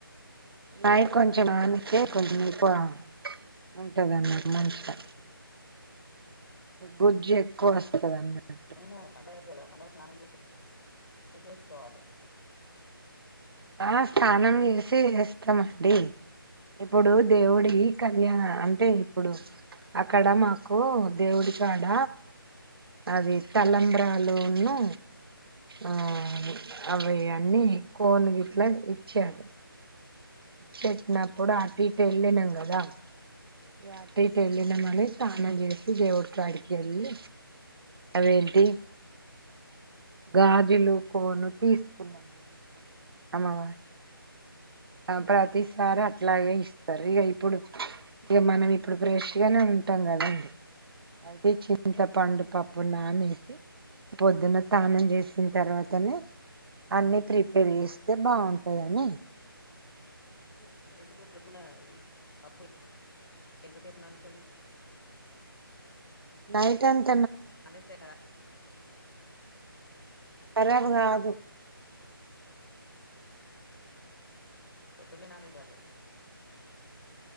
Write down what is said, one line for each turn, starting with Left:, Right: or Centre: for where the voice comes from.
Right: నాయి కొంచెం నానితే కొంచెం <unintelligible> ఉంటదిన్న మంచిగా గుజ్జు ఎక్కువ
Left: ఆ
Right: వస్తుంది అన్నట్టు
Left: ఆహా పండగ కదా మనం స్నానం చేసేసుకోవాలి
Right: ఆ స్నానం చేసి వేస్తామండి ఇప్పుడు దేవుడి కల్యానా అంటే ఇప్పుడు అక్కడ మాకు దేవుడి కాడ అది తలంబ్రాలును ఆ అవి అన్నీ కోనుగి అట్లా ఇచ్చారు పెట్టినప్పుడు అటు ఇటు వెళ్ళినాం కదా ఇక అటు ఇటు వెళ్ళినామని స్నానం చేసి దేవుడి కాడికి వెళ్ళి అవేంటి గాజులు కోను తీసుకున్నామ అమవా ఆ
Left: ఉమ్
Right: ప్రతిసారి అట్లా <unintelligible> ఇక ఇప్పుడు ఇక మనం ఇప్పుడు ఫ్రెష్గానే ఉంటాం కదండి అయితే చింతపండు పప్పు నానేసి పొద్దున్న సన్నం చేసిన తర్వాతనే అన్ని ప్రిపేర్ చేస్తే బాగుంటుందని
Left: ఎందుకు పొద్దున ఆది పప్పు ఎంత సేపు <unintelligible> <unintelligible>
Right: <unintelligible> అంత
Left: <unintelligible>
Right: ఖరాబ్ కాదు
Left: పొద్దునే నాణేయాలి